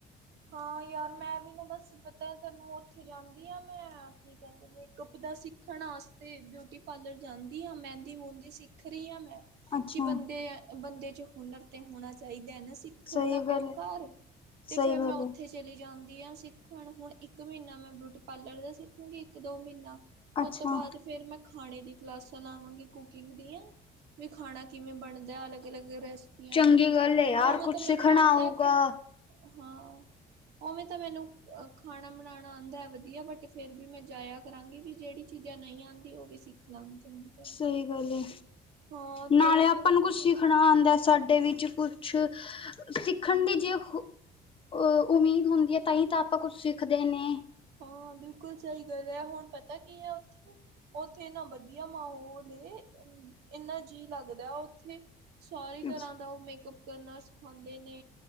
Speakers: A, on the right (about 80°); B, on the left (about 30°).
A: ਹਾਂ ਯਾਰ ਮੈਂ ਵੀ ਨਾ ਬਸ ਪਤਾ ਹੈ ਤੈਨੂੰ ਉੱਥੇ ਜਾਂਦੀ ਆ ਮੈਂ ਕੀ ਕਹਿੰਦੇ ਮੇਕਅੱਪ ਦਾ ਸਿੱਖਣ ਵਾਸਤੇ ਬਿਊਟੀ ਪਾਰਲਰ ਜਾਂਦੀ ਆ ਮਹਿੰਦੀ ਮੁੰਦੀ ਸਿੱਖ ਰਹੀ ਹਾਂ ਮੈਂ
B: ਅੱਛਾ-ਅੱਛਾ
A: ਕਿ ਬੰਦੇ ਬੰਦੇ ਚ ਹੁਨਰ ਤੇ ਹੋਣਾ ਚਾਹੀਦਾ ਹੈ ਨਾ ਸਿੱਖਣ
B: ਸਹੀ
A: ਦਾ
B: ਗੱਲ
A: ਕੰਮ ਕਾਰ ਤੇ
B: ਸਹੀ
A: ਫੇਰ
B: ਗੱਲ
A: ਮੈਂ ਉੱਥੇ
B: ਹੈ
A: ਚਲੀ ਜਾਂਦੀ ਆ ਸਿੱਖਣ ਹੁਣ ਇੱਕ ਮਹੀਨਾ ਮੈਂ ਬਿਊਟੀ ਪਾਰਲਰ ਦਾ ਸਿੱਖਾਂਗੀ ਇੱਕ ਦੋ ਮਹੀਨਾ ਉਹ
B: ਅੱਛਾ-ਅੱਛਾ
A: ਤੋਂ ਬਾਅਦ ਫੇਰ ਮੈਂ ਖਾਣੇ ਦੀ ਕਲਾਸਾਂ ਲਾਵਾਂਗੀ ਕੁਕਿੰਗ ਦੀਆਂ ਵੀ ਖਾਣਾ ਕਿਵੇਂ ਬਣਦਾ ਅਲੱਗ ਅਲੱਗ ਰੈਸਪੀਆਂ
B: ਚੰਗੀ
A: ਦੀਆਂ
B: ਗੱਲ ਹੈ ਯਾਰ
A: ਉਹਵੇਂ
B: ਕੁਛ
A: ਤਾਂ
B: ਸਿੱਖਣਾ
A: ਮੈਨੂੰ ਆਉਂਦਾ
B: ਆਊਗਾ
A: ਹੈ ਖਾ ਹਾਂ ਉਵੇਂ ਤਾਂ ਮੈਨੂੰ ਖਾਣਾ ਬਣਾਉਣਾ ਆਉਂਦਾ ਵਧੀਆ ਬਟ ਫੇਰ ਵੀ ਮੈਂ ਜਾਇਆ ਕਰਾਂਗੀ ਵੀ ਜਿਹੜੀ ਚੀਜ਼ਾਂ ਨਹੀਂ ਆਉਂਦੀਆਂ ਉਹ ਵੀ ਸਿੱਖ ਲਾਂਗੀ ਚੰਗੀ ਤਰ੍ਹਾਂ
B: ਸਹੀ ਗੱਲ ਹੈ
A: ਹਾਂ
B: ਨਾਲੇ
A: ਤੇ ਨਾ ਫੇਰ
B: ਆਪਾਂ
A: ਉੱਥੇ
B: ਨੂੰ ਕੁਛ ਸਿੱਖਣਾ ਆਉਂਦਾ ਸਾਡੇ ਵਿੱਚ ਕੁਛ ਸਿੱਖਣ ਦੀ ਜੇ ਅ ਉਮੀਦ ਹੁੰਦੀ ਹੈ ਤਾਂ ਹੀ ਤਾਂ ਆਪਾਂ ਕੁਛ ਸਿੱਖਦੇ ਨੇ
A: ਹਾਂ ਬਿਲਕੁਲ ਸਹੀ ਗੱਲ ਹੈ ਹੁਣ ਪਤਾ ਕੀ ਆ ਉੱਥੇ ਉੱਥੇ ਇਨਾ ਵਧੀਆ ਮਾਹੌਲ ਇਨਾ ਜੀਅ ਲੱਗਦਾ ਉੱਥੇ ਸਾਰੀ ਤਰ੍ਹਾਂ
B: ਅੱਛਾ
A: ਦਾ ਉਹ ਮੇਕਅਪ ਕਰਨਾ ਸਿਖਾਉਂਦੇ ਨੇ